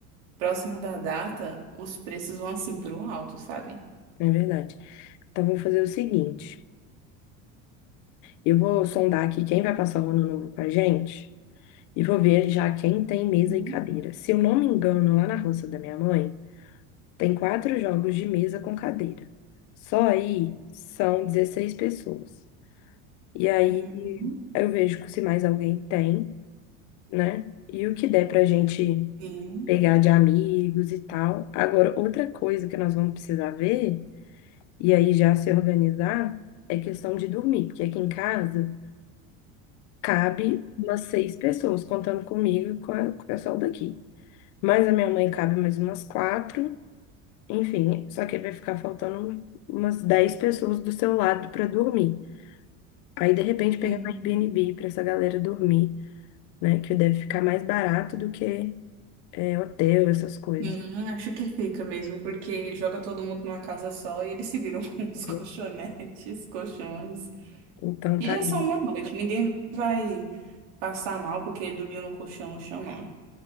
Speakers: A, on the right; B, on the left.
A: próximo da data, os preços vão assim pro alto, sabe?
B: É verdade. Então, vou fazer o seguinte: eu vou sondar aqui quem vai passar o ano novo com a gente e vou ver já quem tem mesa
A: Uhum.
B: e cadeira. Se eu não me engano, lá na roça da minha mãe. Tem quatro jogos de mesa com cadeira. Só aí são 16 pessoas. E aí
A: Uhum. Uhum.
B: eu vejo se mais alguém tem, né? E o que der pra gente
A: Sim.
B: pegar de amigos e tal. Agora, outra coisa que nós vamos precisar ver, e aí já se organizar, é questão de dormir, porque aqui em casa cabe umas seis pessoas, contando comigo e com a- com o pessoal daqui. Mas a minha mãe cabe mais umas quatro. Enfim, só que aí vai ficar faltando umas 10 pessoas do seu lado para dormir. Aí, de repente, pegar
A: Uhum.
B: um Airbnb para essa galera dormir, né? Que deve ficar mais barato do que é, hotel, essas coisas.
A: Sim, acho que fica mesmo, porque joga todo mundo numa casa só e eles se viram <laughs> com os colchonetes,
B: né?
A: colchões.
B: Então,
A: E
B: tá ali.
A: é só uma noite, ninguém vai passar mal porque dormiu no colchão, no chão, não.